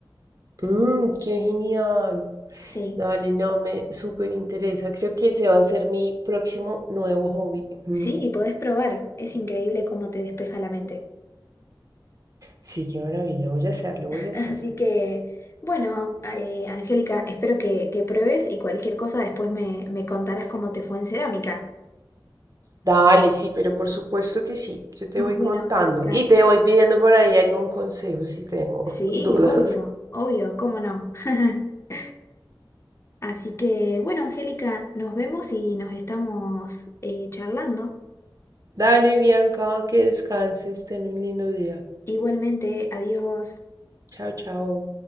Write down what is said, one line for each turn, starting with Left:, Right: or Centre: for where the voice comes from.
Right: Mm, qué genial.
Left: Sí,
Right: Dale, no, me súper interesa. Creo que ese va a ser mi próximo nuevo hobby. <laughs>
Left: sí, y podés probar. Es increíble cómo te despeja la mente.
Right: Sí, qué maravilla. Voy a hacerlo, voy a hacerlo.
Left: Así que, bueno, eh, Angélica, espero que, que pruebes y cualquier cosa después me, me contarás cómo te fue en cerámica.
Right: Dale, sí, pero por supuesto que sí. Yo te
Left: Bueno,
Right: voy contando
Left: Angélica,
Right: y te voy pidiendo por ahí algún consejo si tengo
Left: sí,
Right: <laughs> dudas.
Left: obvio, obvio, cómo no. <laughs> Así que, bueno, Angélica, nos vemos y nos estamos eh, charlando.
Right: Dale, Bianca, que descanses, ten un lindo día.
Left: Igualmente, adiós.
Right: Chao, chao.